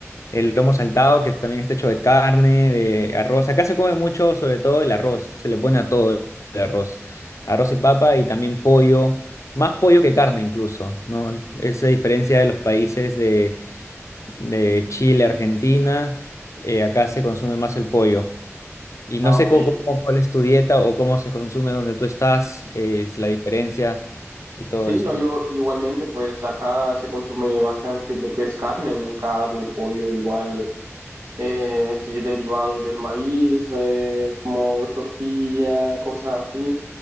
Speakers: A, on the left (about 80°); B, on the right (about 80°).
A: El lomo saltado, que también está hecho de carne, de arroz. Acá se come mucho, sobre todo el arroz. Se le pone a todo el arroz. Arroz y papa y también pollo. Más pollo que carne incluso, ¿no? Esa diferencia de los países de, de Chile, Argentina. eh, acá se consume más el pollo. Y no
B: Ah,
A: sé
B: ok.
A: cómo, cómo- cuál es tu dieta o cómo se consume donde tú estás, eh, es la diferencia y todo
B: Sí,
A: eso.
B: no, yo igualmente, pues acá se consume bastante lo que es carne, ¿no? Carne, pollo, igual, eh, sí, derivado del maíz, eh, como tortilla, cosas así.